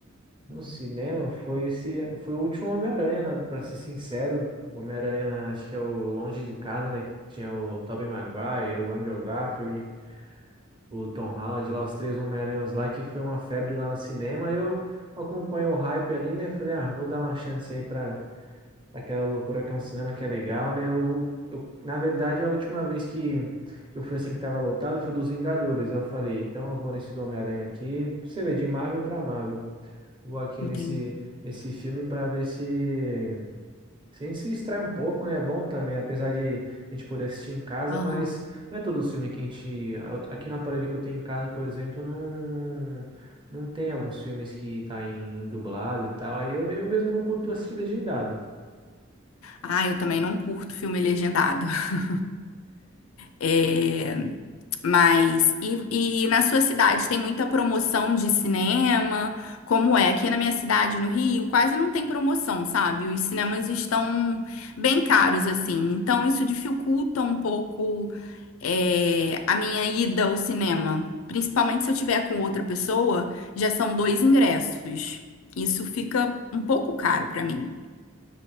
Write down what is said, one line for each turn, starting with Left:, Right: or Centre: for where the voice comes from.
Right: no cinema foi esse, foi o último Homem-Aranha, né, para ser sincero. O Homem-Aranha, acho que é o Longe de Casa, né, que tinha o Tobey Maguire, o Andrew Garfield. o Tom Holland lá, os três Homem-Aranhas lá, que foi uma febre lá no cinema. Aí eu acompanhei o hype ali, né? Falei, ah, vou dar uma chance aí pra, pra aquela loucura que é um cinema que é legal, né? Eu, eu, na verdade, a última vez que que eu fui assim que tava lotado foi dos Vingadores. Eu falei, então eu vou nesse do Homem-Aranha aqui. Pra Você vê, de Marvel pra Marvel. Vou aqui
Left: Entendi.
Right: nesse, nesse filme pra ver se. Se a gente se distrai um pouco, né? É bom também, apesar de a gente poder assistir em casa,
Left: Aham.
Right: mas não é todo o filme que a gente. Aqui no aparelho que eu tenho em casa, por exemplo, não, não, não tem alguns filmes que tá em dublado e tal. Aí eu, me- eu mesmo não curto assistir legendado.
Left: Ah, eu também não curto filme legendado. <laughs> É, mas, e, e na sua cidade tem muita promoção de cinema? Como é? Aqui na minha cidade, no Rio, quase não tem promoção, sabe? Os cinemas estão bem caros, assim. Então, isso dificulta um pouco, é, a minha ida ao cinema. Principalmente se eu tiver com outra pessoa, já são dois ingressos. Isso fica um pouco caro pra mim.